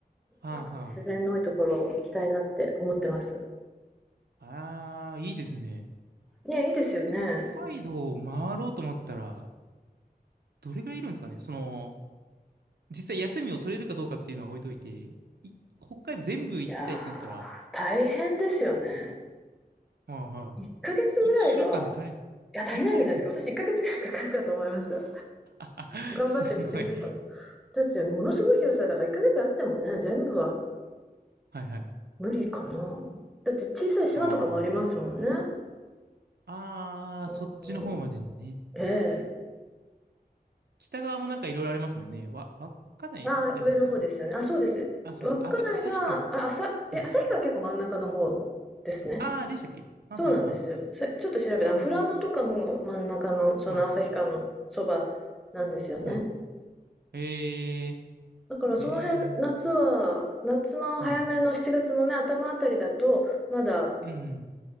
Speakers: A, on the right; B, in the centre.
A: あは
B: なんか自然の多いところ行きたいなって思ってます。
A: あ。ああ、いいですね。
B: ね、いいですよね。
A: 北海道を回ろうと思ったら、どれぐらいいるんですかねその、実際休みを取れるかどうかっていうのは置いといて、い北海道全部行きたいってなったら、
B: いやー、大変ですよね。
A: はいは
B: 1ヶ月ぐらいは、
A: い。1週間で足りるんですか1ヶ月
B: いや、足りないんじゃないですか。私1ヶ月ぐらいかかるかと思いました。
A: <laughs>
B: 頑張って見過ぎでかも。
A: すごい。
B: だってものすごい広さだから1ヶ月あってもね、全部は
A: はいはい。
B: 無理かな。だって小さい島とかもありますもんね。
A: ああ。ああ、
B: うん、
A: そっちの方までね。
B: ええ。
A: 北側もなんかいろいろありますもんね。わ、わかないんじゃないな。
B: あ上の方ですよね。あ、そうです。
A: あ、そうだ。
B: 稚内が、
A: あさ、旭川か。
B: あ、あえ、
A: はい。
B: 旭川結構真ん中の方ですね。
A: ああ、でしたっけはんはんはん。
B: そうなんですよ。さちょっと調べたら、
A: あ
B: 富良野とかも真ん中の、その旭川のそばなんですよね。
A: あ、はん。はい。えー、
B: だからその辺、
A: えー、
B: 夏は夏の早めの7月のね、
A: はい。
B: 頭あたりだと、まだ
A: うんうん。